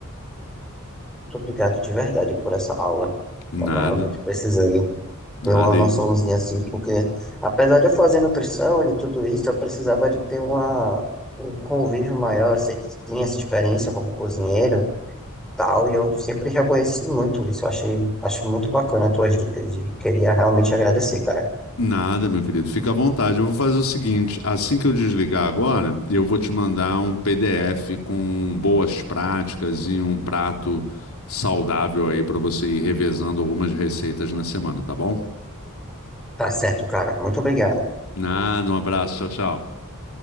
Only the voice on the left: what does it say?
Nada,
nada.
E
Nada, meu querido. Fica à vontade. Eu vou fazer o seguinte: assim que eu desligar agora, eu vou te mandar um PDF com boas práticas e um prato saudável aí para você ir revezando algumas receitas na semana, tá bom?
Nada, um abraço. Tchau, tchau.